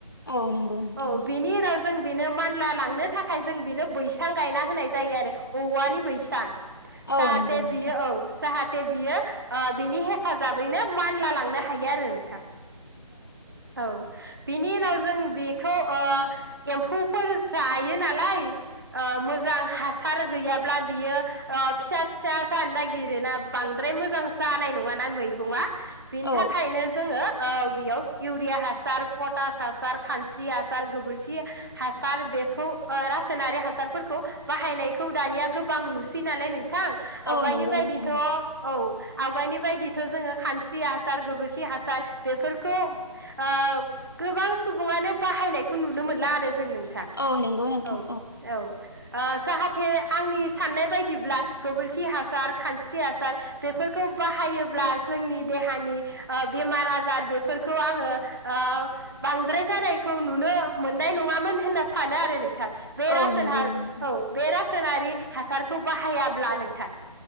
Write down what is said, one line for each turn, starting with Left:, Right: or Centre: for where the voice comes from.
Left: औ नंगौ नोंथां।
Right: औ बेनि उनाव जों बेनो मानला लांनो थाखाय जों बेनो बैसां गायना होनाय जायो आरो औवानि बैसां।
Left: औ
Right: साहाथे
Left: नंगौ नोंथां
Right: बियो औ साहा दे बियो ओ बिनि हेफाजाबैनो मानला लांनो हायो आरो नोंथां। औ बि बिनि उनाव जों बेखौ ओ एम्फौफोर जायो नालाय ओ मोजां हासार गैयाब्ला बियो ओ फिसा फिसा जानो नागिरोना बांद्राय मोजां जानाय नङाना मैगङा बिनि
Left: औ
Right: थाखायनो जोङो औ बेयाव इउरिया हासार पटास हासार खानस्रि हासार गोबोरखि हासार बेखौ रासायनारि हासारफोरखौ बाहायनायखौ दानिया गोबां नुसै नालाय नों थां
Left: औ
Right: आवगायनि
Left: नंगौ
Right: बायदिथ
Left: नोंथां
Right: औ आवगायनि बायदिथ जोङो खानस्रि हासार गोबोरखि हासार बेफोरखौ ओ गोबां सुबुङानो बाहायनायखौ नुनो मोनला आ जों नोंथां
Left: औ नंगौ नोंथां
Right: औ औ ओ साहाब थे आंनि साननाय बायदिब्ला गोबोरखि हासार खानस्रि हासार बेफोरखौ बाहायोब्ला जोंनि देहानि ओ बेमार आजार बेफोरखौ आङो ओ बांद्राय जानायखौ नुनो मोन नाय नङामोन होनना सानो आरो नोंथां। बेरासन
Left: औ नंगौ
Right: हा
Left: नोंथां
Right: औ बेरासनारि हासारखौ बाहायाब्ला नोंथां।